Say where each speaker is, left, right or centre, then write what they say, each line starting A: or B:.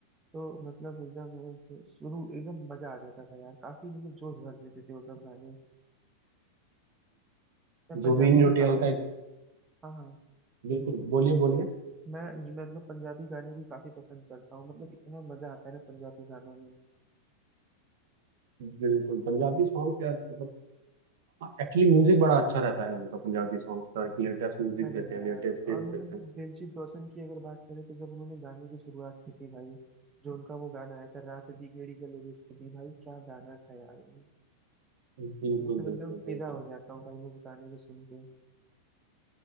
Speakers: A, on the right; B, on the right.
A: तो मतलब एकदम शुरू एकदम मजा आ जाता था यार काफी मतलब जोश भर देते थे वो सब गाने मैं पंजाबी
B: जुबिन नौटियाल
A: भी काफी
B: का एक
A: हाँ हाँ
B: बिल्कुल बोलिए बोलिए
A: मैं मतलब पंजाबी गाने भी काफी पसंद करता हूँ मतलब इतना मजा आता है ना पंजाबी गानों में
B: बिल्कुल पंजाबी सॉन्ग यार मतलब एक्चुअली म्यूजिक बड़ा अच्छा रहता है उनका पंजाबी सॉन्ग्स का लेटेस्ट म्यूजिक
A: अरे
B: देते हैं
A: यार
B: लेटेस्ट चीज
A: और मतलब
B: देते हैं
A: दिलजीत दोसांझ की अगर बात करें तो जब उन्होंने गाने की शुरुआत की थी भाई जो उनका वो गाना आया था रात दी गेड़ी गले रिश्क दी भाई क्या गाना था यार वो।
B: बिल्कुल
A: मतलब
B: बिल्कुल
A: एकदम फिदा
B: बिल्कुल
A: हो जाता हूँ भाई मैं उस गाने को सुन के